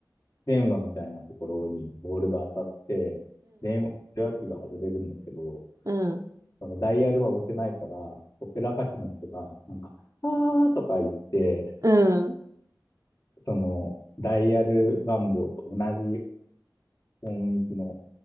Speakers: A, on the left; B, on the right.
A: 電話みたいなところにボールが当たって、電話の受話器が外れるんだけど、
B: うん、
A: そのダイヤルは押せないから、オペラ歌手の人が、なんか、あーとか言って、
B: うん。
A: そのダイヤル番号と同じ音域の